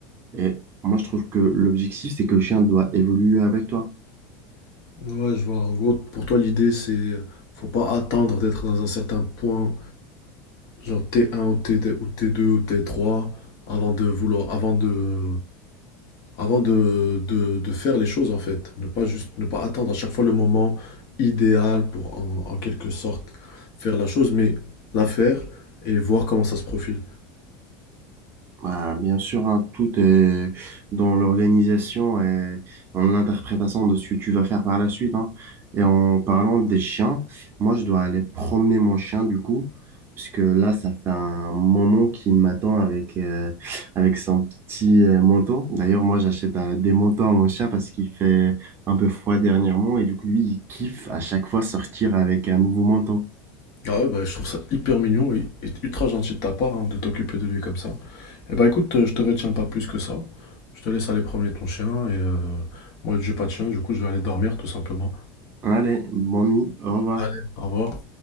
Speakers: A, on the right; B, on the left.
A: Et moi, je trouve que l'objectif, c'est que le chien doit évoluer avec toi.
B: Ouais, je vois. En gros, pour toi, l'idée, c'est faut pas attendre d'être dans un certain point, genre T1 ou T2 ou T2 ou T3, avant de vouloir, avant de, avant de, de, de faire les choses en fait. Ne pas juste, ne pas attendre à chaque fois le moment idéal pour en, en quelque sorte faire la chose, mais la faire et voir comment ça se profile.
A: Bah, bien sûr, hein, tout est dans l'organisation et en interprétation de ce que tu vas faire par la suite. hein. Et en parlant des chiens, moi, je dois aller promener mon chien du coup, puisque là, ça fait un moment qu'il m'attend avec, euh, avec son petit euh, manteau. D'ailleurs, moi, j'achète euh, des manteaux à mon chien parce qu'il fait un peu froid dernièrement et du coup, lui, il kiffe à chaque fois sortir avec un nouveau manteau.
B: Ah ouais, bah, je trouve ça hyper mignon et, et ultra gentil de ta part hein, de t'occuper de lui comme ça. Et bah écoute, euh, je te retiens pas plus que ça. Je te laisse aller promener ton chien et euh, moi, j'ai pas de chien, du coup, je vais aller dormir tout simplement.
A: Allez, bonne nuit, au revoir.
B: Allez, au revoir.